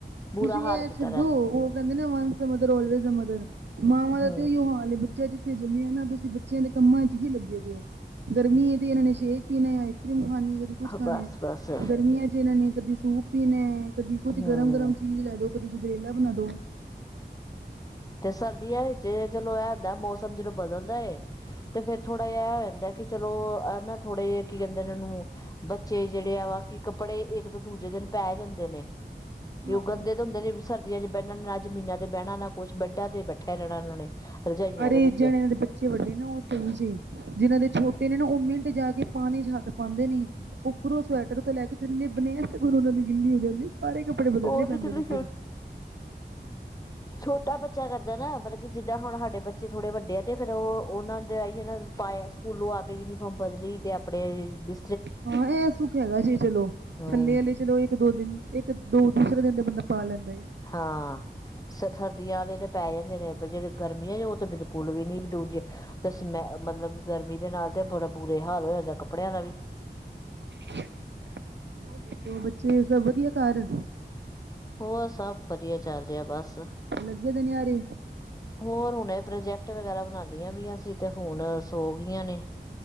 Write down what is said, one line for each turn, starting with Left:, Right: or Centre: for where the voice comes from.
Left: ਬੁਰਾ
Right: ਤੁਸੀਂ
Left: ਹਾਲ
Right: ਇਹ
Left: ਕੀਤਾ
Right: ਛੱਡੋ
Left: ਦਾ
Right: ਉਹ ਕਹਿੰਦੇ ਨਾ ਵੰਸ ਮਦਰਲਵੇਜ਼ ਮਦਰ ਮਾਵਾਂ ਦਾ
Left: ਹੂੰ
Right: ਤੇ ਓਈਓ। ਬੱਚੇ ਜਿੱਥੇ ਜੰਮੇ ਆ ਨਾ ਤੁਸੀਂ ਬੱਚਿਆਂ ਦੇ ਕੰਮਾਂ ਚ ਹੀ ਲੱਗੇ ਦਿਉ। ਗਰਮੀ ਹੈ ਤੇ ਇਹਨਾਂ ਨੇ ਸ਼ੇਕ ਪੀਣਾ ਹੈ ਆਈਸ ਕਰ੍ਰੀਮ ਖਾਣੀ ਹੈ ਕਦੀ ਕੁਝ ਖਾਣਾ
Left: ਬਸ
Right: ਹੈ
Left: ਬਸ
Right: ਗਰਮੀਆਂ ਚ ਇਹਨਾਂ ਨੇ। ਕਦੀ ਸੂਪ ਪੀਣਾ ਹੈ ਕਦੀ ਕੁੱਝ
Left: ਹਮ
Right: ਗਰਮ-ਗਰਮ ਚੀਜ਼ ਲੈ ਦੋ ਕਦੀ ਗਜਰੇਲਾ ਬਣਾ ਦੋ।
Left: ਤੇ ਸਰਦੀਆਂ ਵਿੱਚ ਚਲੋ ਇਹ ਹੁੰਦਾ ਮੌਸਮ ਜਦੋਂ ਬਦਲਦਾ ਏ। ਤੇ ਫ਼ਿਰ ਥੋੜਾ ਜਿਹਾ ਇਹ ਹੋ ਜਾਂਦਾ ਕਿ ਚਲੋ ਆ ਨਾ ਥੋੜੇ ਜਿਹੇ ਕੀ ਕਹਿੰਦੇ ਇਹ ਨੂੰ। ਬੱਚੇ ਜਿਹੜੇ ਆ ਵਾ ਕਿ ਕੱਪੜੇ ਇੱਕ ਦੂਜੇ ਦਿਨ ਪੈ ਜਾਂਦੇ ਨੇ।
Right: ਹਾਂ।
Left: ਕਿ ਉਹ ਗੰਦੇ ਤੇ ਹੁੰਦੇ ਨੇ ਸਰਦੀਆਂ ਚ ਬਹਿਣਾਣ ਨਾ ਜ਼ਮੀਨਾਂ ਤੇ ਬਹਿਣਾ ਨਾ। ਕੁਛ ਵੱਡਾ ਤੇ ਬੈਠਿਆ ਰਹਿਣਾ ਇਹਨਾਂ ਨੇ। ਰਜਾਈਆਂ
Right: ਅਰੇ
Left: ਦੇ ਵਿੱਚ
Right: ਜਿਹਨਾਂ। ਬੱਚੇ ਵੱਡੇ ਨਾ ਉਹ ਸਮਝਦੇ ਜਿਹਨਾਂ ਦੇ ਛੋਟੇ ਨੇ ਨਾ ਉਹ ਮਿੰਟ ਜਾ ਕੇ ਪਾਣੀ ਚ ਹੱਥ ਪਾਉਂਦੇ ਨੇ। ਉੱਪਰੋਂ ਸਵੈਟਰ ਤੋਂ ਲੈ ਕੇ ਥੱਲੇ ਬਨੇ ਤੇ ਫਿਰ ਉਹਨਾਂ ਦੀ ਗਿੱਲੀ ਹੋ ਜਾਂਦੀ ਸਾਰੇ। ਬਦਲਣੇ
Left: ਉਹ ਤੇ
Right: ਪੈਂਦੇ
Left: ਚਲੋ
Right: ਨੇ
Left: ਛੋ।
Right: ਫਿਰ।
Left: ਛੋਟਾ ਬੱਚਾ ਕਰਦਾਂ ਨਾ ਮਤਲਬ ਕਿ ਜਿੱਦਾਂ ਹੁਣ ਸਾਡੇ ਬੱਚੇ ਬੱਚੇ ਥੋੜੇ ਵੱਡੇ ਆ ਤੇ ਫ਼ਿਰ ਉਹ ਉਹਨਾ ਆਈ ਨਾ ਪਾਇਆ ਸਕੂਲੋਂ ਆ ਕੇ ਯੂਨੀ ਫੌਮ ਬਦਲੀ ਤੇ ਆਪਣੇ ਬਿ
Right: ਹਾਂ ਇਹ ਸੁੱਖ ਹੈਗਾ ਜੇ ਚਲੋ
Left: ਹਮ
Right: ਥੱਲੇ ਵਲੇ ਚ ਰਹੋ ਨਿ ਦੋ ਦਿਨ, ਇੱਕ-ਦੋ ਦੂਸਰੇ ਦਿਨ ਬੰਦਾ ਪਾ ਲੈਂਦਾ ਏ।
Left: ਹਾਂ। ਸਰ ਸਰਦੀਆਂ ਵਾਲੇ ਤਾਂ ਪੈ ਜਾਂਦੇ ਨੇ। ਪਰ ਜੇਹੜੇ ਗਰਮੀ ਹੈ ਜੇ ਉਹ ਤਾਂ ਬਿਲਕੁਲ ਵੀ ਨੀ ਦੂਜੇ ਤੇ ਸਮੈ ਮਤਲਬ ਗਰਮੀ ਦੇ ਨਾਲ ਤੇ ਬੜਾ ਬੁਰੇ ਹਾਲ ਹੋ ਜਾਂਦਾ ਕੱਪੜਿਆਂ ਦਾ ਵੀ
Right: ਹੋਰ ਦੱਸੋ, ਬੱਚੇ ਸਭ ਵਧੀਆ ਘਰ।
Left: ਹੋਰ ਸਭ ਵਧੀਆ ਚੱਲ ਰਿਹਾ ਬਸ।
Right: ਲਗੇ ਦੇ ਨਿਆਣੇ।
Left: ਹੋਰ ਹੁਣੇ ਇਹ ਪ੍ਰੋਜੈਕਟ ਵਗੈਰਾ ਬਣਾਦੀਆਂ ਪਇਆ, ਸੀ ਤੇ ਹੁਣ ਸੋ ਗਈਆਂ ਨੇ।